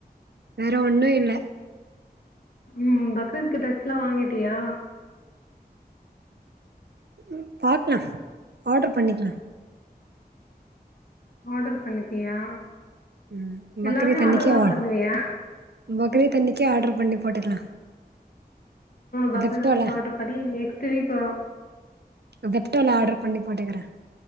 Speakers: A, on the right; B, on the left.
A: வேற ஒன்னு இல்ல
B: ம் பக்ரீ்த்துக்கு ட்ரெஸ் எல்லா வாங்கிட்டியா
A: ம் பாக்கலா ஆர்டரு பண்ணிக்கலா
B: ஆர்டர் பண்ணிப்பியா
A: ம் பக்ரீத்
B: எல்லாமே
A: அன்னைக்கே
B: ஆர்டருதா
A: ஆல்
B: பண்ணுவியா
A: பக்ரீத் அன்னைக்கு ஆர்டர் பண்ணி போட்டுக்கலா
B: பக்ரீத்
A: ஜெப்டோல
B: அன்னைக்கு ஆர்டர் பண்ணி நெக்ஸ்ட் வீக் வரு
A: செப்ட்டோல ஆர்டர் பண்ணி போட்டுக்கற